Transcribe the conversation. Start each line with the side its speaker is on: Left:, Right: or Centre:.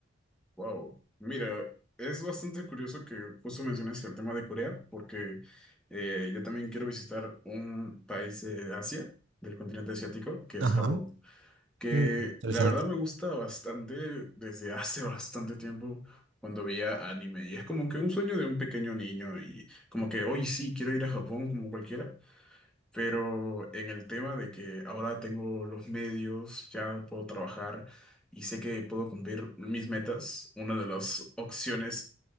Centre: Wow, mira, es bastante curioso que justo menciones el tema de Corea, porque eh, yo también quiero visitar un país de Asia, del continente asiático, que
Right: Ajá.
Centre: es Japón, que
Right: Mm, interesante.
Centre: la verdad me gusta bastante desde <laughs> hace bastante tiempo cuando veía anime, y es como que un sueño de un pequeño niño, y como que hoy sí quiero ir a Japón como cualquiera. Pero en el tema de que ahora tengo los medios, ya puedo trabajar y sé que puedo cumplir mis metas, una de las opciones,